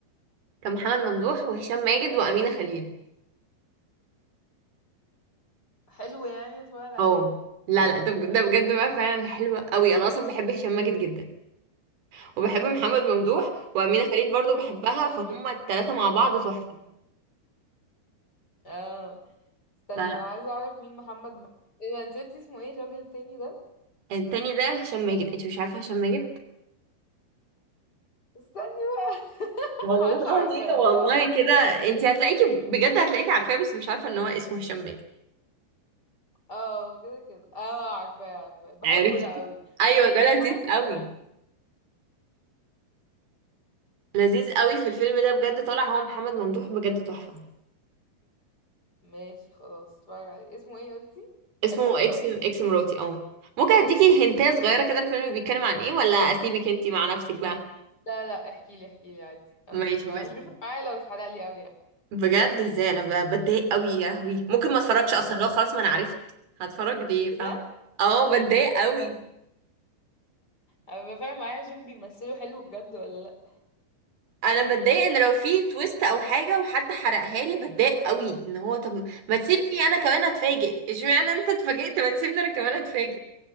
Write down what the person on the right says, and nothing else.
كان محمد ممدوح وهشام ماجد وامينه خليل
اه لا لا ده بج- ده بجد بقى فعلا حلو قوي انا اصلا بحب هشام ماجد جدا وبحب محمد ممدوح وامينه خليل برضو بحبها
فهم
الثلاثه مع بعض تحفه
لا لا
التاني ده هشام ماجد انت مش عارفه هشام ماجد
والله
والله
كده انت هتلاقيكي بجد هتلاقيكي عارفاه بس مش عارفه ان هو اسمه هشام ماجد
عارف
ايوه
ده
لذيذ
قوي لذيذ قوي في الفيلم ده بجد طالع هو محمد ممدوح بجد تحفة
اسمه
اكس اكس
مراتي اه ممكن اديكي هنتايه صغيرة كده الفيلم بيتكلم عن ايه ولا اسيبك انتي مع نفسك بقى
ماشي
بس
بجد ازاي انا ب- بتضايق قوي يا لهوي ممكن ما اتفرجش اصلا لو خلاص ما انا عرفت هتفرج ليه فاهمة
اه بتضايق قوي
انا بتضايق ان لو في تويست او حاجة وحد حرقها لي بتضايق قوي ان هو طب ما تسيبني انا كمان اتفاجئ اشمعنى انت اتفاجئت ما تسيبني انا كمان اتفاجئ